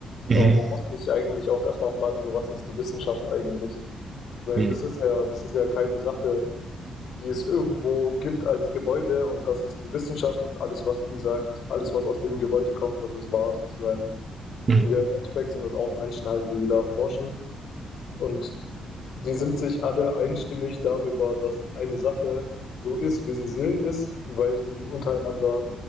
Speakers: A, on the right; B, on the left.
A: Mhm.
B: Aber man muss sich eigentlich auch erstmal fragen, so: Was ist die Wissenschaft eigentlich? Weil
A: Mhm.
B: das ist ja, das ist ja keine Sache, die es irgendwo gibt als Gebäude und das ist die Wissenschaft und alles, was die sagt, alles, was aus diesem Gebäude kommt, das ist wahr sozusagen.
A: Mhm.
B: Das Sind ja, Im Endeffekt sind das auch Menschen halt, die da forschen und die sind sich alle einstimmig darüber, dass eine Sache so ist, wie sie si- ist, weil sie untereinander